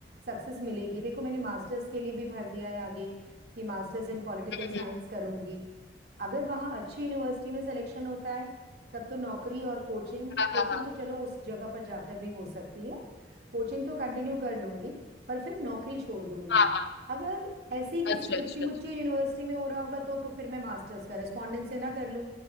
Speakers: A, on the right; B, on the left.
A: सक्सेस मिलेगी देखो मैंने मास्टर्स के लिए भी भर दिया है आगे कि मास्टर्स इन पॉलिटिकल
B: हम्म,
A: साइंस
B: हम्म,
A: करूंगी अगर वहाँ अच्छी यूनिवर्सिटी में सिलेक्शन होता है तब तो नौकरी और कोचिंग
B: हाँ
A: कोचिंग
B: हाँ हाँ
A: तो चलो उस जगह पर जाकर भी हो सकती है कोचिंग तो कंटिन्यू कर लूंगी पर फिर नौकरी छोड़ दूंगी
B: हाँ हाँ
A: अगर ऐसी किसी
B: अच्छा
A: टुच्ची
B: अच्छा
A: मुच्ची
B: अच्छा।
A: यूनिवर्सिटी में हो रहा होगा तो तो फिर मैं मास्टर्स का रेस्पॉन्डेंस से ना कर लूं